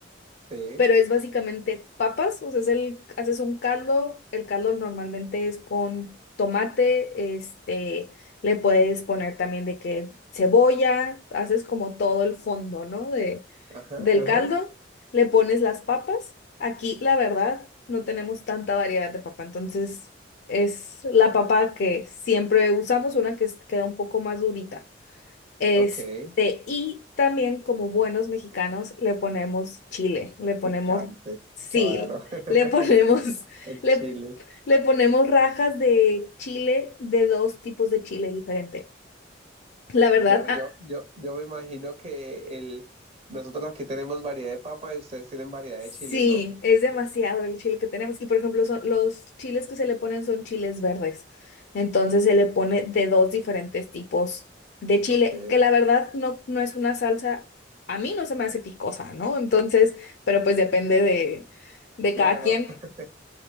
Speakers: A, on the right; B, on the left.
A: sí,
B: pero es básicamente papas, o sea, es el, haces un caldo, el caldo normalmente es con tomate, este, le puedes poner también de que cebolla, haces como todo el fondo, ¿no? De,
A: ajá,
B: del
A: ajá,
B: caldo, le pones las papas. Aquí, la verdad, no tenemos tanta variedad de papa, entonces es la papa que siempre usamos, una que es- queda un poco más durita. Este,
A: ok,
B: y también como buenos mexicanos le ponemos chile, le ponemos
A: picante,
B: sil,
A: claro, <laughs>
B: le ponemos, <laughs>
A: el
B: le,
A: chile.
B: le ponemos rajas de chile, de dos tipos de chile diferente. La verdad,
A: Claro, yo,
B: a-
A: yo, yo me imagino que el, nosotros aquí tenemos variedad de papa y ustedes tienen variedad
B: Sí,
A: de chile, ¿no?
B: es demasiado el chile que tenemos. Y por ejemplo, son, los chiles que se le ponen son chiles verdes. Entonces se le pone de dos diferentes tipos de chile,
A: Ok,
B: que la verdad no, no es una salsa, a mí no se me hace picosa, ¿no? Entonces, pero pues depende de, de
A: claro,
B: cada quien.
A: <laughs>